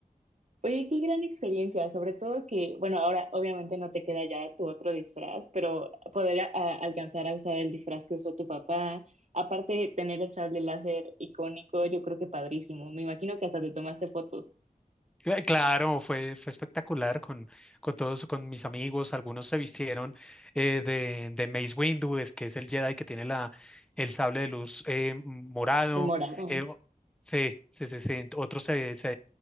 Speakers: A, on the right; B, in the centre.
A: Oye, qué gran experiencia, sobre todo que, bueno, ahora obviamente no te queda ya tu otro disfraz, pero poder a- a- alcanzar a usar el disfraz que usó tu papá, aparte de tener el sable láser icónico, yo creo que padrísimo. Me imagino que hasta te tomaste fotos,
B: Cla- Claro, fue, fue espectacular con, con todos, con mis amigos. Algunos se vistieron eh, de, de Mace Windu, es que es el Jedi que tiene la, el sable de luz eh, morado.
A: el morado.
B: eh, o- sí, sí, sí, sí. Otros se, se,